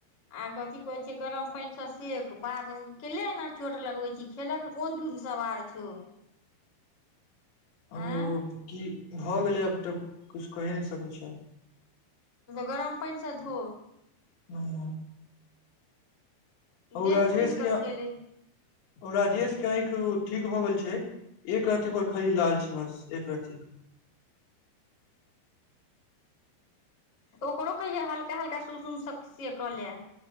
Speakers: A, on the left; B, on the left.
A: आ कथि कहे छैय गरम पाइन से सेक बाद केला एना चोट लगवे छी ही। खेल ऽके कोन धूध सवार छौ।
B: अहोव
A: आँय
B: की भऽ गेलै आब तऽ कछु कहि नैय सकै छियाई
A: गरम पाइन स धो।
B: हुम्म हो
A: देख
B: राजेश
A: सुनि
B: क्या
A: कऽ खेले
B: राजेश के आंखि ठीक भ गेल छैयएक आँख खाली लाल छैय बस एक रती
A: ओकरो कहिये हल्का हल्का सुसुम स से कऽ ले।